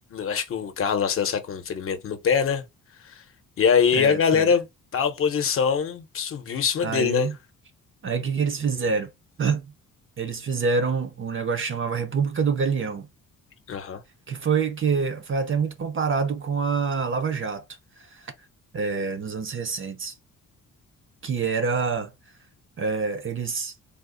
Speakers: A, on the left; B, on the right.
A: acho que o Carlos Lacerda sai com um ferimento no pé, né? E aí
B: é,
A: a galera
B: foi.
A: da oposição subiu em cima
B: Aí,
A: dele, né?
B: aí o que que eles fizeram? Eles fizeram um negócio que chamava República do Galeão,
A: Aham.
B: que foi que foi até muito comparado com a Lava Jato, é, nos anos recentes, que era é, eles